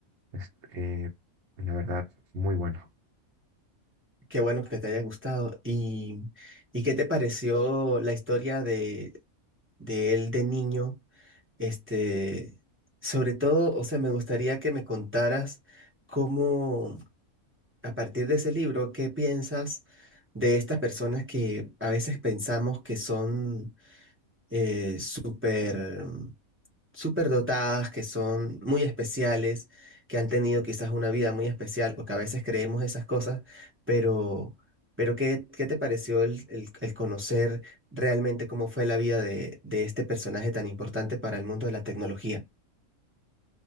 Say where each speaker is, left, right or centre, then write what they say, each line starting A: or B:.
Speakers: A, on the right; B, on the right.
A: Este, la verdad, muy bueno.
B: qué bueno que te haya gustado. ¿Y, y qué te pareció la historia de, de él de niño? Este, sobre todo, o sea, me gustaría que me contaras cómo, a partir de ese libro, ¿qué piensas de estas personas que a veces pensamos que son eh, súper súper dotadas, que son muy especiales, que han tenido quizás una vida muy especial, porque a veces creemos esas cosas, pero, pero ¿qué, qué te pareció el, el- el conocer realmente cómo fue la vida de, de este personaje tan importante para el mundo de la tecnología?